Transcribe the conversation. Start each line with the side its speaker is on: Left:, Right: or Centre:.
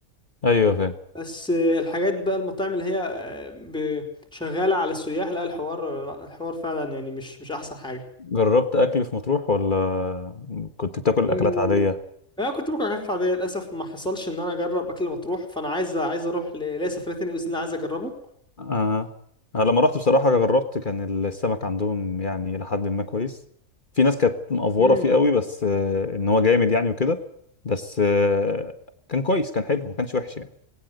Left: ايوه فاهم
Centre: بس الحاجات بقى المطاعم اللي هي آه، ب- شغاله على السياح لا الحوار لا الحوار فعلا يعني مش مش احسن حاجه
Left: جربت اكل في مطروح ولا كنت بتاكل
Centre: أمم،
Left: اكلات عاديه
Centre: انا كنت باكل حاجات عاديه للاسف ما حصلش ان انا اجرب اكل مطروح فانا عايز عايز اروح ل- ليا سفريه تانية باذن الله عايز اجربه
Left: آه. أنا لما رحت بصراحة جربت كان السمك عندهم يعني لحد ما كويس في ناس كانت مقفورة
Centre: امم
Left: فيه قوي بس آه إن هو جامد يعني وكده بس آه كان كويس كان حلو ما كانش وحش يعني